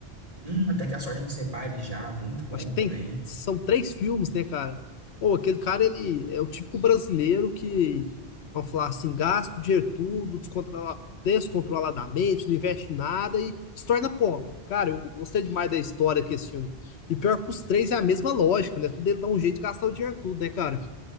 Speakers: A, on the right; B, on the left.
A: Hum, Até que a Sorte Não Separe já, muito bom
B: Acho que tem,
A: também.
B: são três filmes, né, cara? Ou aquele cara, ele é o típico brasileiro que, vamos falar assim, gasta o dinheiro tudo, descontrola- descontroladamente, não investe em nada e se torna pobre. Cara, eu gostei demais da história que esse filme. E pior que os três é a mesma lógica, né? Tudo ele dá um jeito de gastar o dinheiro tudo, né, cara?